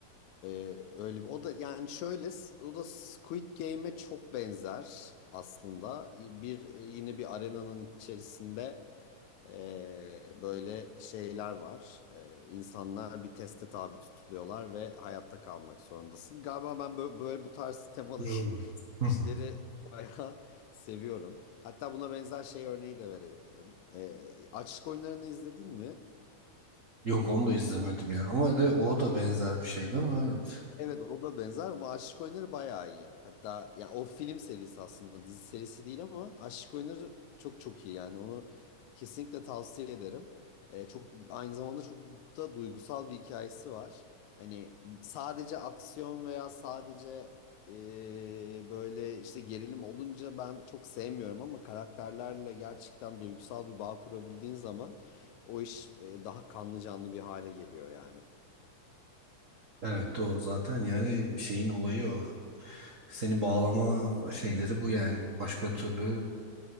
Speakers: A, on the left (about 75°); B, on the right (about 60°).
A: Ee, öyle bir o da yani şöyle s- o da Squid Game'e çok benzer aslında. Bir e, yine bir arenanın içerisinde ee, böyle şeyler var. Ee, insanlar bir teste tabi tutuluyorlar ve hayatta kalmak zorundasın. Galiba ben böyle, böyle bu tarz temalı
B: Hmm.
A: <laughs>
B: <laughs>
A: işleri
B: Hı hı.
A: bayağı seviyorum. Hatta buna benzer şey örneği de verebilirim. Ee, açlık oyunlarını izledin mi?
B: Yok onu da izlemedim ya. Ama de o da benzer bir şeydi ama evet.
A: Evet o da benzer ama Aşık Oyunları bayağı iyi. Hatta ya o film serisi aslında dizi serisi değil ama Aşık Oyunları çok çok iyi yani onu kesinlikle tavsiye ederim. Ee, çok aynı zamanda çok da duygusal bir hikayesi var. Hani sadece aksiyon veya sadece ee, böyle işte gerilim olunca ben çok sevmiyorum ama karakterlerle gerçekten duygusal bir bağ kurabildiğin zaman o iş ee, daha kanlı canlı bir hale geliyor yani.
B: Evet doğru zaten yani şeyin olayı o. Seni bağlama şeyleri bu yani. Başka türlü